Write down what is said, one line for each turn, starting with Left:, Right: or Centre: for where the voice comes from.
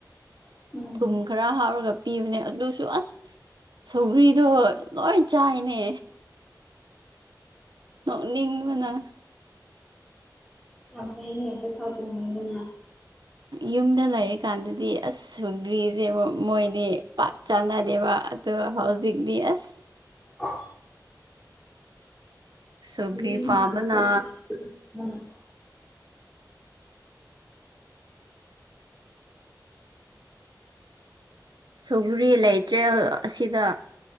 Centre: ꯎꯝ
Right: ꯊꯨꯝ ꯈꯔ ꯍꯥꯎꯔꯒ ꯄꯤꯕꯅꯦ ꯑꯗꯨꯁꯨ ꯑꯁ ꯁꯧꯒꯔꯤꯗꯣ ꯂꯣꯏ ꯆꯥꯏꯅꯦ ꯅꯣꯛꯅꯤꯡꯕꯅ
Centre: ꯌꯥꯝ ꯐ ꯍꯅꯤ ꯑꯩ ꯄꯩꯁꯇꯅꯅꯤ
Right: ꯌꯨꯝꯗ ꯂꯩꯔꯤꯀꯥꯟꯗꯗꯤ ꯑꯁ ꯁꯨꯒ꯭ꯔꯤꯁꯦ ꯃꯣꯏꯗꯤ ꯄꯥꯛ ꯆꯥꯟꯅꯥ ꯗꯦꯕ ꯑꯗꯨ ꯍꯧꯖꯤꯛꯗꯤ ꯑꯁ
Centre: ꯑ
Right: ꯁꯧꯒ꯭ꯔꯤ
Centre: <inaudible>
Right: ꯄꯥꯝꯕꯅ ꯁꯨꯒꯔꯤ ꯂꯩꯇ꯭ꯔꯦ ꯑꯁꯤꯗ